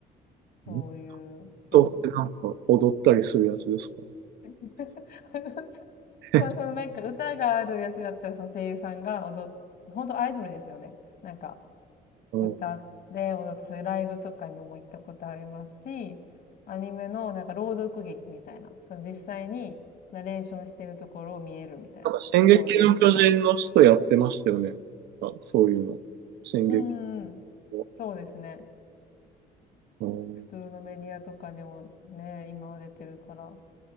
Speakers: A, on the left; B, on the right.
A: そういうやつ。
B: い。んと、なんか踊ったりするやつですか
A: <laughs>
B: <laughs>
A: まあそのなんか歌があるやつだったらその声優さんが踊っ、本当アイドルですよね。なんか
B: うん
A: 歌って踊ってそういうライブとかにも行ったことありますし、アニメのなんか朗読劇みたいな、その実際にナレーションしてるところを見えるみたいなところのやつとか。
B: なんか、進撃の巨人の使徒やってましたよね。あ、そういうの。進撃
A: うんうんうん。
B: の。
A: そうですね。
B: うん
A: 普通のメディアとかでもね、今は出てるから、